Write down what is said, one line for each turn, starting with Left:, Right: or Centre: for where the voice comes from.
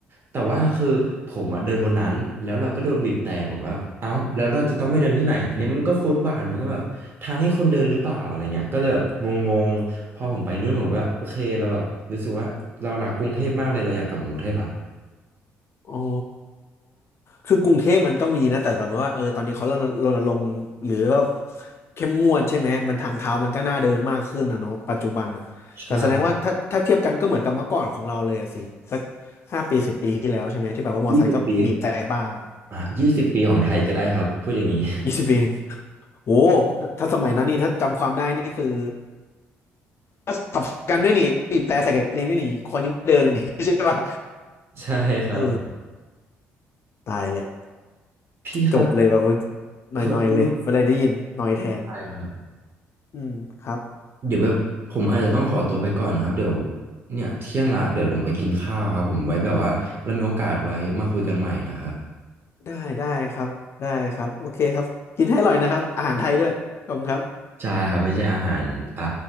Right: แต่ว่าคือผมอะเดินบนนั้นแล้วเราก็โดนบีบแตะผมก็เอ้าแล้วเราจะต้องไปเดินที่ไหนอันนี้มันก็ฟุตบาทมันก็แบบทางให้คนเดินหรือเปล่าอะไรเงี้ยก็เลยแบบงงๆพอผมไปนู่นผมก็โอเคเราแบบรู้สึกว่าเรารักกรุงเทพมากเลยเราอยากกลับกรุงเทพละ
Left: อ๋อ คือกรุงเทพมันก็มีนะแต่แบบว่าเออตอนนี้เขารณรณรงค์หรือว่าเข้มงวดใช่ไหมมันทางเท้ามันก็น่าเดินมากขึ้นนะเนาะปัจจุบันอ่ะแต่แสดงว่าถ้าถ้าเทียบกันก็เหมือนกับเมื่อก่อนของเราเลยอะสิสัก
Right: ใช่
Left: ห้าปีสิบปีที่แล้วใช่ไหมที่แบบว่ามอไซค์ก็บีบแต่บ้าง
Right: ยี่สิบปีอ่ะยี่สิบปีของไทยก็ได้ครับพูดอย่างนี้
Left: ยี่สิบปีโอ้ถ้าสมัยนั้นนี่ถ้าจำความได้นี่คือก็ขับกันด้วยนี่บีบแต่ใส่กันเองด้วยนี่คนยังไม่เดินเลยนี่ <laughs> ใช่ป่ะ
Right: ใช่ <laughs> ครับ
Left: เออตายแหละ
Right: พี่ครับ
Left: จบเลยแบบว่าหน่อยๆเลยเวลาได้ยินหน่อยแทน
Right: ขอขอโทษทายครับ
Left: อืมครับ
Right: เดี๋ยวแบบผมอาจจะต้องขอตัวไปก่อนนะครับเดี๋ยวเนี่ยเที่ยงละเดี๋ยวลงไปกินข้าวครับผมไว้แบบว่าเรามีโอกาสไว้มาคุยกันใหม่นะครับ
Left: ได้ได้ครับได้ครับโอเคครับกินให้อร่อยนะครับอาหารไทยด้วยขอบคุณครับ
Right: ใช่ครับไม่ใช่อาหารอ่า